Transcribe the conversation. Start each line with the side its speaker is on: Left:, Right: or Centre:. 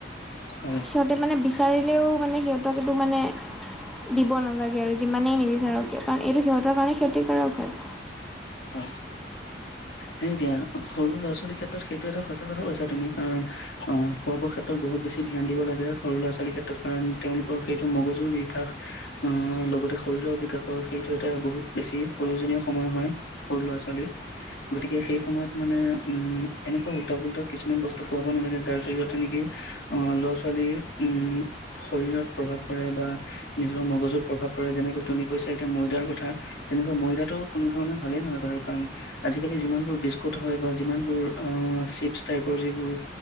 Left: হয়
Centre: সিহঁতে মানে বিচাৰিলেও মানে সিহঁতক এইটো মানে দিব নালাগে আৰু যিমানেই নিবিচাৰো কিয় কাৰণ এইটো সিহঁতৰ কাৰণে ক্ষতিকাৰক হয়
Left: হয় সেই এতিয়া সৰু ল'ৰা ছোৱালীৰ ক্ষেত্ৰত সেইটো এটা সচাঁ কথা কৈছা তুমি কাৰণ অ খোৱা বোৱা ক্ষেত্ৰত বহুত বেছি ধ্যান দিব লাগে সৰু ল'ৰা ছোৱালীৰ ক্ষেত্ৰত কাৰণ তেওঁলোকৰ সেইটো মগজুৰ বিকাশ আহ লগতে শৰীৰৰ বিকাশৰ সেইটো এটা বহুত বেছি প্ৰয়োজনীয় সময় হয় সৰু ল'ৰা ছোৱালীৰ গতিকে সেই সময়ত মানে উম এনেকুৱা উল্টাফুল্টা কিছুমান বস্তু খোৱাব নালাগে যাৰ জৰিয়তে নেকি আহ, ল'ৰা-ছোৱালীৰ উম, শৰীৰত প্ৰভাৱ পৰে বা নিজৰ মগজত প্ৰভাৱ পৰে, যেনেকৈ তুমি কৈছা এতিয়া ময়দাৰ কথা, তেনেকুৱা ময়দাতো কোনো ধৰণৰ ভালেই নহয়, বাৰু কাৰণ আজিকালি যিমানবোৰ বিস্কুট হয় বা যিমানবোৰ আহ, চিপছ টাইপৰ যিবোৰ